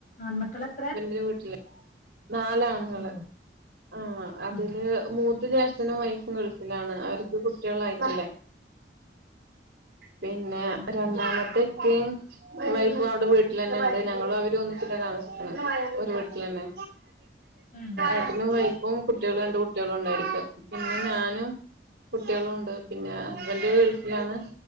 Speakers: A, on the left; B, on the right.
A: ആൺ മക്കളെ-
B: ബന്റെ വീട്ടില് നാലാണുങ്ങള്.
A: ഓ
B: ആ അതില്
A: ആഹ്
B: മൂത്ത ജേഷ്ഠനും, വൈ- ഉം ഗൾഫിലാണ്, അവർക്ക് കുട്ടികള ആയിട്ടില്ല. പിന്നെ
A: ഉം
B: രണ്ടാമത്തക്ക-
A: ഉം
B: വൈഫും അവിടെ വീട്ടിൽ തന്നെ ഉണ്ട്, ഞങ്ങളും അവര് ഒന്നിച്ചന്നെ താമസിക്കുന്ന, ഒരു വീട്ടിൽ തന്നെ.
A: ആഹ്
B: നട്ടും വൈഫും, കുട്ടികള രണ്ട് കുട്ടികളും ഉണ്ടായിരിക്ക, പിന്നെ ഞാനും. കുട്ടികളും
A: ആഹ്
B: ഉണ്ട് പിന്നെ- ഹസ്ബൻന്റെ വീർപ്പിലാണ്